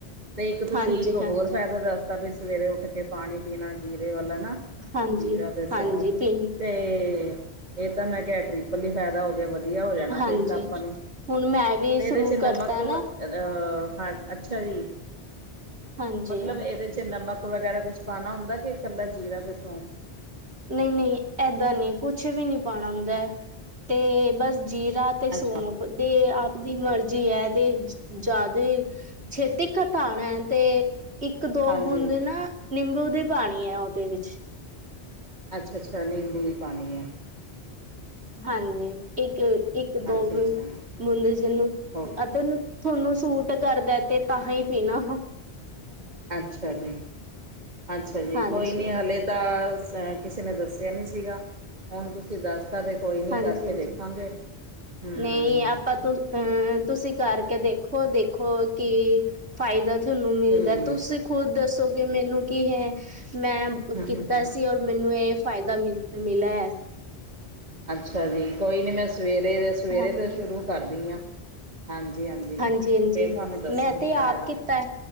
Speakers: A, on the right (about 40°); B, on the right (about 80°).
A: ਤੇ ਇੱਕ ਤੁਸੀਂ
B: ਹਾਂਜੀ
A: ਇੱਕ
B: ਹਾਂਜੀ
A: ਹੋਰ ਫੈਦਾ ਦੱਸਤਾ ਵੀ ਸਵੇਰੇ ਉੱਠ ਕੇ ਪਾਨੀ ਪੀਨਾ ਜੀਰੇ ਵਾਲਾ ਨਾ।
B: ਹਾਂਜੀ
A: ਜੀਰਾ ਤੇ
B: ਹਾਂਜੀ
A: ਸੌਂਫ।
B: ਪੀ
A: ਤੇ, ਏਹ ਤਾਂ ਮੈਂ ਕੈਆ ਟ੍ਰਿਪਲ ਈ ਫੈਦਾ ਹੋ ਗਿਆ ਵਧੀਆ ਹੋ ਜਾਣਾ। ਨਾ
B: ਹਾਂਜੀ
A: ਫੇਰ ਤਾਂ ਆਪਾਂ ਨੂੰ,
B: ਹੁਣ ਮੈਂ ਵੀ
A: ਤੇ ਏਦੇ
B: ਸ਼ੁਰੂ
A: ਚ
B: ਕਰਤਾ
A: ਨਮਕ ਅਹ
B: ਨਾ
A: ਹਾਂ ਅੱਛਾ ਜੀ,
B: ਹਾਂਜੀ
A: ਮਤਲਬ ਏਦੇ ਚ ਤੇ ਨਮਕ ਵਗੈਰਾ ਕੁਛ ਪਾਣਾ ਹੁੰਦਾ ਕਿ ਕੱਲਾ ਜੀਰਾ ਤੇ ਸੌਂਫ।
B: ਨਈ-ਨਈ ਏਦਾਂ ਨੀ ਕੁਛ ਵੀ ਨੀ ਪਾਣਾ ਹੁੰਦਾ ਤੇ ਬਸ ਜੀਰਾ ਤੇ
A: ਅੱਛਾ
B: ਸੌਫ ਦੇ ਆਪ ਦੀ ਮਰਜ਼ੀ ਐ ਤੇ ਜਾਦੇ ਛੇਤੀ ਖਟਾਨ ਐ ਤੇ ਇੱਕ ਦੋ
A: ਹਾਂਜੀ
B: ਬੂੰਦ ਨਾ ਨਿੰਬੂ ਦੇ ਪਾਨੀ ਏ ਓਦੇ ਚ।
A: ਅੱਛਾ-ਅੱਛਾ ਨਿੰਬੂ ਦੀ ਪਾਨੀ ਏ।
B: ਹਾਂਜੀ ਇੱਕ-ਇੱਕ-ਦੋ
A: ਅੱਛਾ
B: ਬੁ
A: ਅੱਛਾ
B: ਬੁੰਦੇ ਜਿਨੂੰ
A: ਓਕੇ
B: ਅਤੇਨੂੰ ਤੁਹਾਨੂੰ ਸੂਟ ਕਰਦਾ ਤੇ ਤਾਂ ਹੀ ਪੀਨਾ।
A: ਅੱਛਾ ਜੀ-ਅੱਛਾ ਜੀ
B: ਹਾਂਜੀ
A: ਕੋਈ ਨੀ ਹਾਲੇ ਤਾਂ ਅ ਕਿਸੇ ਨੇ ਦੱਸਿਆ ਨੀ ਸੀਗਾ ਹੁਨ ਤੁਸੀਂ ਦੱਸਦਾ ਤੇ ਕੋਈ ਨੀ
B: ਹਾਂਜੀ
A: ਕਰਕੇ
B: ਹਾਂਜੀ
A: ਦੇਖਾਂਗੇ, ਹੂੰ।
B: ਨਹੀਂ ਆਪਾਂ ਤੁ ਅਹ ਤੁਸੀਂ ਕਰਕੇ ਦੇਖੋ-ਦੇਖੋ ਕਿ ਫਾਇਦਾ ਤੁਹਾਨੂੰ ਮਿਲਦਾ
A: ਠੀਕ
B: ਤੁਸੀਂ
A: ਹੈ
B: ਖੁਦ ਦੱਸੋ ਕਿ ਮੈਨੂੰ ਕੀ ਹੈ ਮੈਂ
A: ਹਮ
B: ਕੀਤਾ
A: ਹਮ ਹਮ
B: ਸੀ ਔਰ ਮੈਨੂੰ ਏ ਫਾਇਦਾ ਮਿਲ ਮਿਲਾ ਐ।
A: ਅੱਛਾ ਜੀ ਕੋਈ ਨੀ ਮੈਂ ਸਵੇਰੇ ਦੇ ਸਵੇਰੇ
B: ਹਾਂਜੀ
A: ਤੋਂ ਸ਼ੁਰੂ ਕਰਦੀ ਆ। ਹਾਂਜੀ-ਹਾਂਜੀ,
B: ਹਾਂਜੀ ਹਾਂਜੀ
A: ਫੇਰ ਤੁਹਾਨੂੰ ਦੱਸਾਂਗੀ
B: ਮੈਂ ਤੇ
A: ਫਾਇਦਾ।
B: ਆਪ ਕੀਤਾ